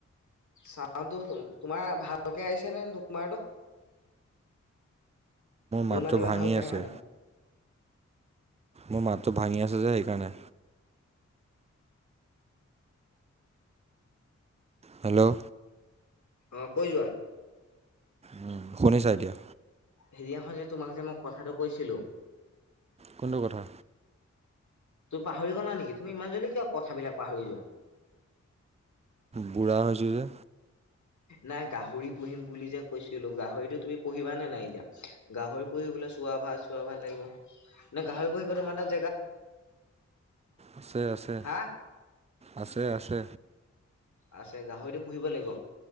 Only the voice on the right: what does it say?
মাতটো
ভাঙি
আছে।
মোৰ মাতটো ভাঙি আছে যে সেইকাৰণে হেল্ল'
উ শুনিছা এতিয়া
কোনটো কথা
বুঢ়া হৈ হৈছে যে
আছে আছে
আছে আছে